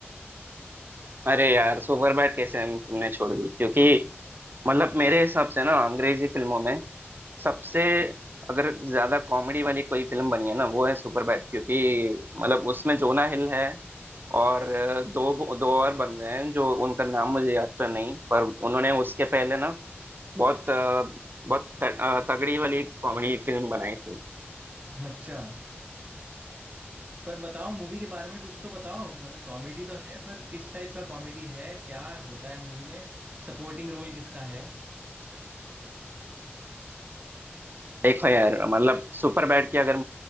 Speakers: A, on the right; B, on the right.
A: अरे यार सुपरबैट कैसे हम तुमने छोड़ दी क्योंकि मतलब मेरे हिसाब से ना अंग्रेजी फिल्मों में सबसे अगर ज्यादा कॉमेडी वाली कोई फिल्म बनी है ना वो है सुपरबैट क्योंकि मतलब उसमें जोना हिल है और अ, दो दो और बंदे हैं जो उनका नाम मुझे याद तो नहीं पर उन्होंने उसके पहले ना बहुत अ, बहुत त- अ, तगड़ी वाली कॉमेडी फिल्म बनाई थी
B: मैंने। अच्छा पर बताओ मूवी के बारे में कुछ तो बताओ मतलब कॉमेडी तो है पर किस टाइप का कॉमेडी है क्या होता है मूवी में सपोर्टिंग रोल किसका है
A: देखो यार मतलब सुपर बैड की अगर